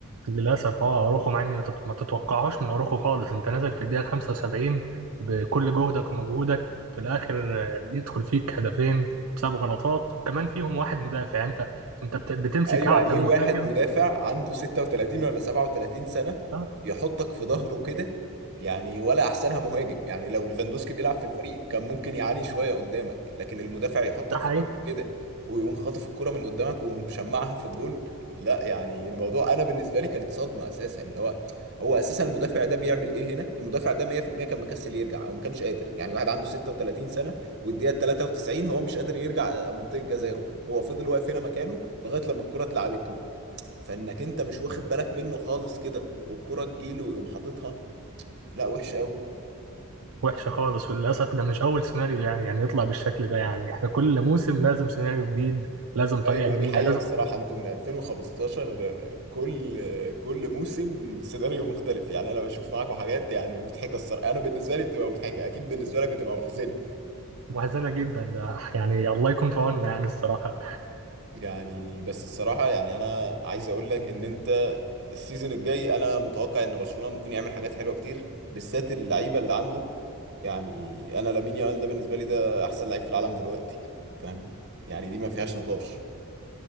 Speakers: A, on the right; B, on the right.
A: للأسف اه أروخو مع إني ما تت- ما تتوقعهاش من أروخو خالص أنت نازل في الدقيقة 75 بكل جهدك ومجهودك في الآخر آه، يدخل فيك هدفين بسبب غلطات وكمان فيهم واحد مدافع أنت أنت بت- بتمسك
B: ايوه
A: أعتى
B: يعني ايه
A: مهاجم
B: واحد مدافع عنده 36 ولا 37 سنة
A: اه
B: يحطك في ظهره كده يعني ولا احسنها مهاجم يعني لو ليفاندوسكي بيلعب في الفريق كان ممكن يعاني شوية قدامك لكن المدافع يحطك
A: ده حقيقي
B: في ظهره كده ويقوم خاطف الكرة من قدامك ومشمعها في الجون لا يعني الموضوع انا بالنسبة لي كانت صدمة اساسا اللي هو هو اساسا المدافع ده بيعمل ايه هنا المدافع ده 100% كان مكسل يرجع او ما كانش قادر يعني واحد عنده 36 سنة والدقيقة 93 هو مش قادر يرجع منطقة جزائه هو فضل واقف هنا مكانه لغايه لما الكره اتلعبت له فانك انت مش واخد بالك منه خالص كده والكره تجيله ويقوم حاططها لا وحش قوي
A: وحشة خالص وللأسف ده مش أول سيناريو يعني يعني يطلع بالشكل ده يعني إحنا كل موسم لازم سيناريو جديد لازم طريقة
B: ايوه
A: جديده
B: دي حقيقة
A: لازم
B: الصراحة انتونا 2015 آه، كل آه، كل موسم سيناريو مختلف يعني انا بشوف معاكم حاجات يعني مضحكة الصراحة انا بالنسبة لي بتبقى مضحكة اكيد بالنسبة لك بتبقى محزنة
A: محزنة جدا ده يعني الله يكون في عوننا يعني الصراحة
B: يعني بس الصراحة يعني أنا عايز أقول لك إن أنت السيزون الجاي أنا متوقع إن برشلونة ممكن يعمل حاجات حلوة كتير بالذات اللعيبة اللي عنده يعني أنا لامين يامال ده بالنسبة لي ده أحسن لعيب في العالم دلوقتي فاهم يعني دي ما فيهاش نقاش